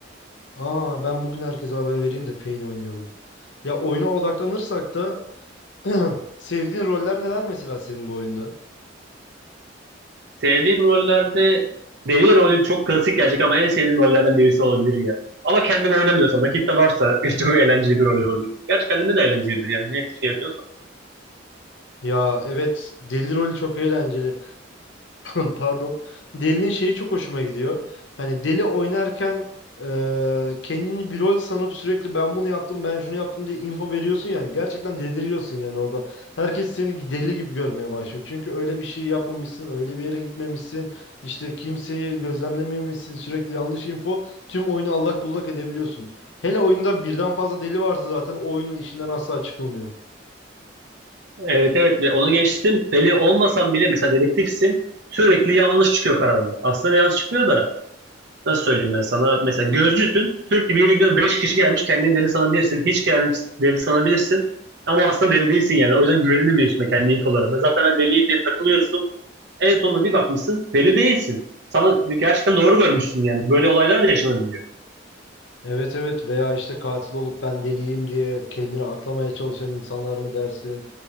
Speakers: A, on the left (about 75°); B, on the right (about 65°).
A: Aa ben bugün herkese haber vereyim de Pain oynayalım. Ya oyuna odaklanırsak da <clears throat> sevdiğin roller neler mesela senin bu oyunda?
B: Sevdiğim rollerde deli rolü çok klasik gelecek ama en sevdiğim rollerden birisi olabilir ya. Ama kendim oynamıyorsam, rakip de varsa <laughs> çok eğlenceli bir rol oluyor. Gerçi kendimde de eğlencelidir yani ne şey yapıyorsam.
A: Ya evet deli rolü çok eğlenceli. <coughs> Pardon. Deli'nin şeyi çok hoşuma gidiyor. Hani Deli oynarken e, kendini bir rol sanıp sürekli ben bunu yaptım ben şunu yaptım diye info veriyorsun yani. Gerçekten deliriyorsun yani orada. Herkes seni deli gibi görmeye başlıyor. Çünkü öyle bir şey yapmamışsın, öyle bir yere gitmemişsin. İşte kimseyi gözlemlememişsin. Sürekli yanlış info. Tüm oyunu allak bullak edebiliyorsun. Hele oyunda birden fazla deli varsa zaten o oyunun işinden asla çıkılmıyor.
B: Evet evet ve onu geçtim. Deli olmasan bile mesela dedektifsin sürekli yanlış çıkıyor kararlar. Aslında yanlış çıkmıyor da nasıl söyleyeyim ben sana. Mesela gözcüsün sürekli bir yere gidiyorsun 5 kişi gelmiş kendini deli sanabilirsin. Hiç gelmiş deli sanabilirsin. Ama aslında deli değilsin yani. O yüzden güvenilmiyorsun da kendi ilk olarak. Zaten ben deliyim diye takılıyorsun. En sonunda bir bakmışsın deli değilsin. Sana gerçekten doğru görmüşsün yani. Böyle olaylar da yaşanabiliyor.
A: Evet evet veya işte katil olup ben deliyim diye kendini aklamaya çalışan insanlar mı dersin?